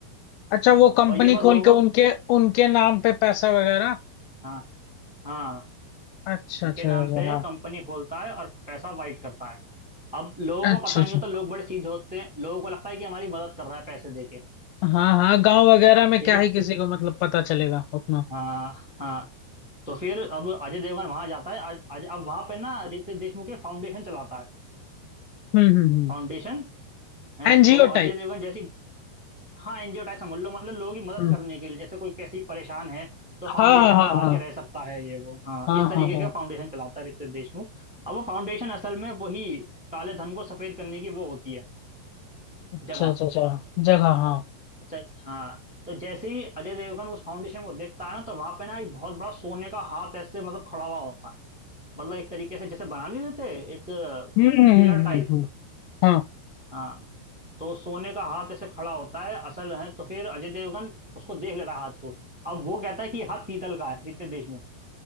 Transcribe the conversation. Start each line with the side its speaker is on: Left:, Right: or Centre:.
Left: अच्छा वो कंपनी
Centre: और ये बात
Left: खोल
Centre: लोगों
Left: के
Centre: को
Left: उनके उनके नाम पे पैसा वगैरह
Centre: हाँ हाँ
Left: अच्छा
Centre: उनके
Left: अच्छा
Centre: नाम
Left: अच्छा
Centre: पे
Left: हाँ
Centre: कंपनी खोलता है और पैसा वाइट करता है अब लोगों
Left: अच्छा
Centre: को पता
Left: अच्छा
Centre: नहीं होता लोग बड़े सीधे होते हैं लोगों को लगता है कि हमारी मदद कर रहा है पैसे दे के
Left: हाँ हाँ गांव वगैरह में
Centre: ठीक
Left: क्या
Centre: है
Left: ही किसी को मतलब पता चलेगा उतना
Centre: हाँ हाँ तो फिर अब अजय देवगन वहां जाता है आज आज अब वहां पे ना रितेश देशमुख के फाउंडेशन चलाता है
Left: हम्म हम्म हम्म
Centre: फाउंडेशन है
Left: एनजीओ
Centre: तो अजय
Left: टाइप
Centre: देवगन जैसी हाँ एनजीओ टाइप समझ लो मतलब लोगों की मदद
Left: हम्म
Centre: करने के लिए जैसे कोई कैसी परेशान है तो
Left: हाँ
Centre: फाउंडेशन
Left: हाँ
Centre: में
Left: हाँ
Centre: आके
Left: हाँ
Centre: रह सकता है ये वो हाँ
Left: हाँ
Centre: इस तरीके
Left: हाँ हाँ
Centre: का फाउंडेशन चलाता है रितेश देशमुख अब वो फाउंडेशन असल में वही काले धन को सफेद करने की वो होती है
Left: अच्छा
Centre: जगह
Left: अच्छा अच्छा जगह हाँ
Centre: अच्छा हाँ तो जैसे ही अजय देवगन उस फाउंडेशन को देखता है ना तो वहां पे ना एक बहुत बड़ा सोने का हाथ ऐसे मतलब खड़ा हुआ होता है मतलब एक तरीके से जैसे बना नहीं देते एक
Left: हम्म हम्म हम्म
Centre: पिलर टाइप
Left: हम्म हम्म, हाँ
Centre: हाँ तो सोने का हाथ ऐसे खड़ा होता है असल है तो फिर अजय देवगन उसको देख लेता है हाथ को अब वो कहता है कि ये हाथ पीतल का है पीतल देश में